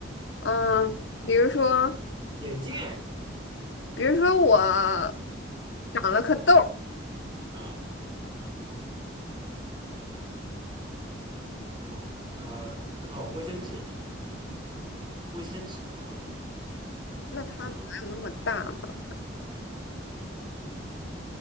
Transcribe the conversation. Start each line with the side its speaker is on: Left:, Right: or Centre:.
Left: 嗯，
Right: <laughs> 眼
Left: 比如说，
Right: 眼镜
Left: 比如说我长了颗痘儿，
Right: 啊、然后呃哦，卫生纸、卫生纸盒
Left: 那它哪有那么大呢？
Right: 啊、呃